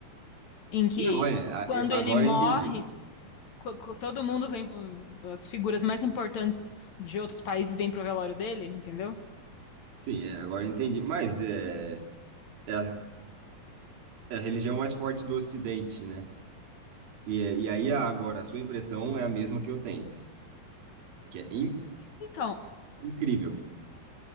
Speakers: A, on the left; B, on the right.
A: em que
B: Não, é, a-
A: quando
B: é, agora
A: ele morre,
B: eu entendi.
A: co- co- todo mundo vem, pro- as figuras mais importantes de outros países vêm pro velório dele, entendeu?
B: Sim, é, agora eu entendi. Mas é, é a, é a religião mais forte do Ocidente, né? E, é- e aí, a- agora, a sua impressão é a mesma que eu tenho, que é in-
A: Então,
B: incrível.